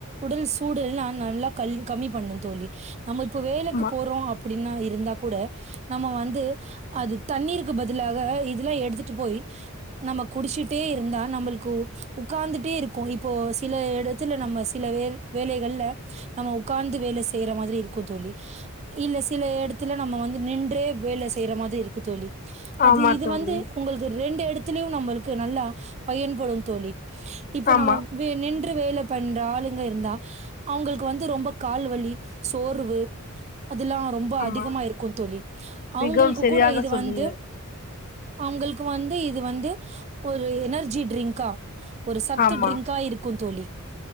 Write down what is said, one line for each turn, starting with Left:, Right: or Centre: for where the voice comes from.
Right: உடல் சூடுல்லா நல்லா கல் கம்மி பண்ணுந் தோழி நம்ம இப்ப வேலைக்கு
Left: ஆமா
Right: போறோ அப்டின்னா இருந்தா கூட நம்ம வந்து அது தண்ணீருக்கு பதிலாக இதல்லா எடுத்துட்டு போய் நம்ம குடிச்சிட்டே இருந்தா நம்மளுக்கு உக்காந்துட்டே இருக்கோ இப்போ சில எடத்துல நம்ம சில வேர் வேலைகள்ல நம்ம உக்காந்து வேலை செய்ற மாதிரி இருக்கு தோழி இல்ல சில எடத்துல நம்ம வந்து நின்றே வேல செய்ற மாதிரி இருக்கு தோழி அது
Left: ஆமா
Right: இது
Left: தோழி
Right: வந்து உங்களுக்கு ரெண்டு எடத்துலயு நம்பளுக்கு நல்லா பயன்படும் தோழி இப்ப
Left: ஆமா
Right: நம்ம வி நின்று வேல பண்ற ஆளுங்க இருந்தா அவங்களுக்கு வந்து ரொம்ப கால் வலி சோர்வு அதல்லா ரொம்ப
Left: ஆமா
Right: அதிகமா இருக்கு தோழி அவுங்களுக்கு
Left: மிகவும் சரியாக
Right: கூட இது
Left: சொன்னீங்க
Right: வந்து அவுங்களுக்கு வந்து இது வந்து ஒரு எனர்ஜி ட்ரிங்க்கா ஒரு சத்து
Left: ஆமா
Right: ட்ரிங்க்கா இருக்குந் தோழி